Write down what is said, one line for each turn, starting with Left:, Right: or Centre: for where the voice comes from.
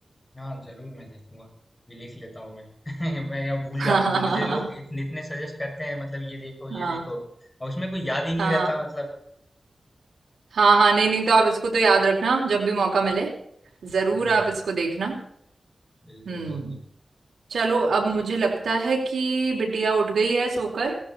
Left: हाँ जरूर मैं देखूंगा भी लिख लेता हूँ मैं <laughs> मैं यहाँ भूल
Right: <laughs>
Left: जाता
Right: हाँ
Left: हूँ मुझे लोग इतने इतने सजेस्ट करते हैं मतलब ये देखो ये
Right: हाँ
Left: देखो और उसमें कोई याद ही नहीं
Right: हाँ
Left: रहता मतलब
Right: हाँ हाँ नहीं नहीं तो आप इसको तो याद रखना जब भी मौका मिले जरूर
Left: हम्म
Right: आप इसको देखना
Left: बिल्कुल
Right: हम्म
Left: बिल्कुल
Right: चलो अब मुझे लगता है कि बिटिया उठ गई है सोकर